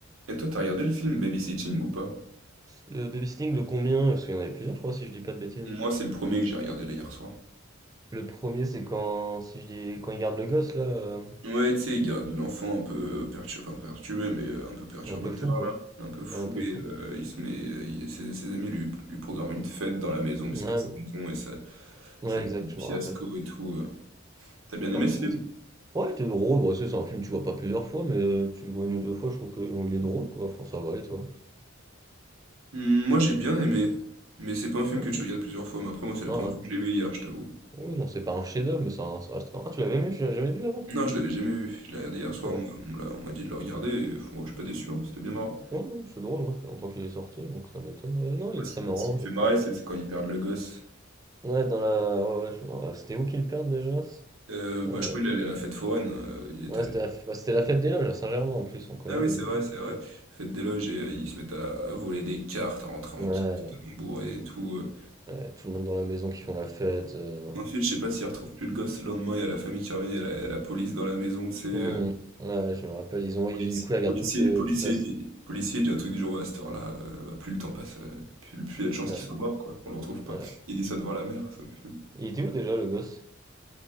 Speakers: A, on the right; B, on the right.
A: Et toi, t'as regardé le film Babysitting ou pas?
B: Le babysitting, le combien? Parce qu'il y en avait plusieurs, je crois, si je dis pas de bêtises.
A: Moi, c'est le premier que j'ai regardé là hier soir.
B: Le premier, c'est quand, si je dis, quand il garde le gosse, là, euh,
A: Ouais, tu sais, il garde l'enfant un peu perturbé, pas perturbé, mais euh, un peu perturbateur
B: un peu fou, quoi.
A: là, un peu fou
B: Ouais, un peu
A: et
B: fou.
A: euh, il se met, il- ses, ses amis lui, lui programment une fête dans la maison, mais
B: Ouais,
A: c'est pas sa maison et ça,
B: ouais,
A: ça
B: exact,
A: devient un
B: je
A: fiasco
B: me rappelle.
A: et tout. euh. T'as bien aimé
B: Non, le
A: ce
B: film,
A: film?
B: était- ouais, il était drôle. Bon, tu sais, c'est un film que tu vois pas plusieurs fois, mais euh, tu le vois une ou deux fois, je trouve qu'il est drôle, quoi. Enfin, ça va, et toi?
A: Hmm, Moi, j'ai bien aimé, mais c'est pas un film
B: Ouais,
A: que tu
B: bon.
A: regardes plusieurs fois. Mais après, moi, c'est la
B: Non,
A: première
B: ouais.
A: fois que je l'ai vu hier, je t'avoue.
B: Oui, non, c'est pas un chef-d'œuvre, mais ça ça reste un... Ah, tu l'avais vu j'ai jamais vu avant, toi?
A: Non, je l'avais jamais vu. Je l'ai regardé hier soir.
B: C'est drôle.
A: On, m'a on me l'a- on m'a dit de le regarder. Et, pff, moi, je suis pas déçu. hein, C'était bien marrant.
B: Ouais, non, c'est drôle, ouais, ça fait longtemps qu'il est sorti, donc ça m'étonne. Ouais, non, il
A: Moi,
B: est
A: ce
B: très
A: qui,
B: marrant.
A: ce qui me
B: je-
A: fait marrer, c'est c'est quand ils perdent le gosse.
B: Ouais, dans la... ouais, ouais, je- ouais, c'était où qu'il perd déjà?
A: Euh, bah,
B: euh,
A: je crois qu'il est allé à la fête foraine. euh, il était
B: Ouais,
A: allé-
B: c'était la, f- bah, c'était la fête des loges à Saint-Germain en plus, on connaît
A: Ah oui,
B: nous
A: c'est
B: du
A: vrai,
B: coup.
A: c'est vrai. Fête des loges et euh, ils se mettent à, à voler des cartes, à rentrer en
B: Ouais,
A: carte totalement bourré et tout. euh.
B: ouais, tout le monde dans la maison qui font la fête. euh.
A: Ensuite, je sais pas s'ils retrouvent plus le gosse. Le lendemain, il y a la famille qui revient, il y a la, la police dans la maison, tu sais. euh,
B: Hum, ouais, je me rappelle, ils ont ils-
A: policier,
B: du coup ils regardent
A: policier,
B: toute le
A: policier
B: toute la.
A: dit, policier dit un truc du genre, ouais, à cette heure-là, euh, bah, plus le temps passe, euh, plus, plus il y a de chances
B: Ouais,
A: qu'il soit mort, quoi, qu'on le retrouve pas.
B: ouais.
A: Il dit ça devant la mère, ça me fume.
B: Il était où déjà le gosse?